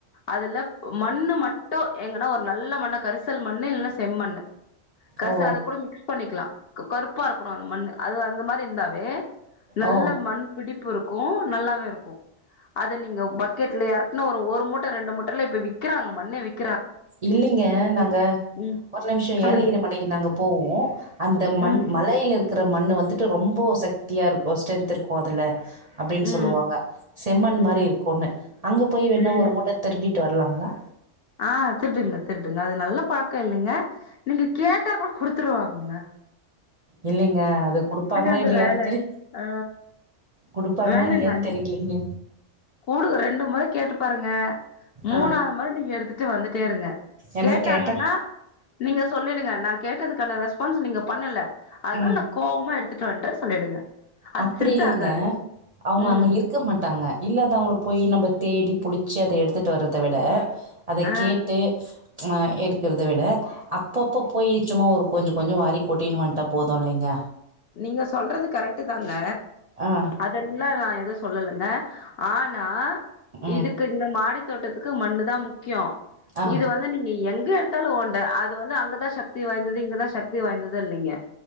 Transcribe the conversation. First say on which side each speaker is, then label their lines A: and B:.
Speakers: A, on the left (about 55°); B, on the right (about 40°).
A: அதுல மண்ணு மட்டும் எங்கன்னா ஒரு நல்ல மண்ண கரிசல் மண்ணு இல் செம்மண்ணு கரிசல்
B: ஓ
A: அதை கூட மிக்ஸ் பண்ணிக்கலாம் கருப்பா இருக்கணும் அந்த மண்ணு அது அந்த மாதிரி இருந்தாவே நல்ல
B: ஓ
A: மண் பிடி உப்பு இருக்கு நல்லாவே இருக்கு அத நீங்க பக்கெட்ல எறக்னா ஒரு ஒரு மூட்ட, ரெண்டு மூட்டல்லா இப்ப விக்கிறாங்க மண்ண விக்
B: இல்லிங்க நாங்க
A: ம்
B: ஒரு நிம்ஷோ
A: சொல்லுங்க
B: ஏலகிரி மலைக்கு நாங்க போவோ அந்த மண்
A: ம்
B: மலை லிருக்கற மண்ணு வந்துட்டு ரொம்ப சக்தியா இருக்கு ஸ்ட்ரென்த் இருக்கு அதுல அப்டின்
A: ம்
B: சொல்லுவாங்க செம்மண்
A: ம்
B: மாரி இருக்குன்னு அங்க போய் வேணா
A: ம்
B: ஒரு மூட்ட திருடி ட்டு வர்லாங்ளா
A: ஆ திருடுங்க திருடுங்க அது நல்ல பழக் கில்லைங்க நீங்க கேட்டா கூட குடுத்துருவாங்க
B: இல்லீங்க அது குடுப்பாங்ளா
A: அந்த
B: இல்லையான்
A: வேல
B: தெரி
A: ஆ
B: குடுப்பாங்ளா
A: வேணாங்க
B: இல்லியான் தெரிலீங்க
A: குடு ரெண்டு மொற கேட்டு பாருங்க மூணாது
B: ஆ
A: மொற நீங்க எடுத்துட் டு வந்துட்டே இருங்க
B: ஏன்னா
A: கேட்டாங்கன்னா
B: கேட்டா
A: நீங்க சொல்லிடுங்க நா கேட்டதுக்கான ரெஸ்பான்ஸ் நீங்க பண்ணல அதுனால
B: ம்
A: நா கோவ்மா எடுத்துட்டு வந்ட்டே சொல்லிடுங்க அது
B: அப்டி
A: திருட்டாகாது
B: இல்லீங்க அவங்க
A: ம்
B: அங்க இருக்க மாட்டாங்க இல்லாதவங்கள போய் நம்ம தேடி புடிச்சி அத எடுத்துட்டு வரத விட அத
A: ஆ
B: கேட்டு அ எடுக்கறத விட அப்பப்ப போய் சும்மா ஒரு கொஞ்சோ கொஞ்சோ வாரி கொட்டின் வந்ட்டா போது இல்லீங்க
A: நீங்க சொல்றது கரக்ட்டு தாங்க
B: ஆ.
A: அதெல்லா நா எது சொல்லலங்க ஆனா
B: ம்.
A: இதுக்கு இந்த மாடி தோட்டத்துக்கு மண்ணு தா முக்கியோ
B: ஆ.
A: இது வந்து நீங்க எங் க எடுத்தாலு ஓண்ட அது வந்து அங்கதா சக்தி வாய்ந்தது இங்கதா சக்தி வாய்ந்தது இல்லீங்க